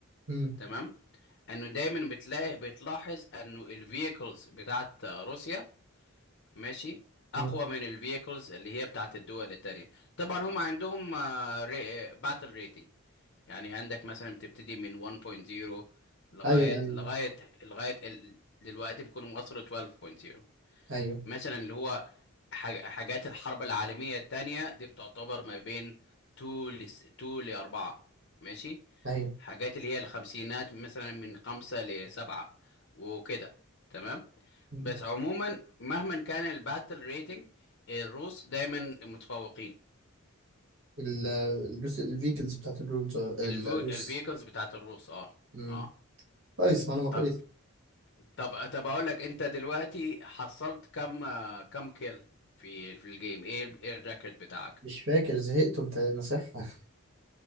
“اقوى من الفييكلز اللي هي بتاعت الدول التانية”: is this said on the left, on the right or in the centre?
Left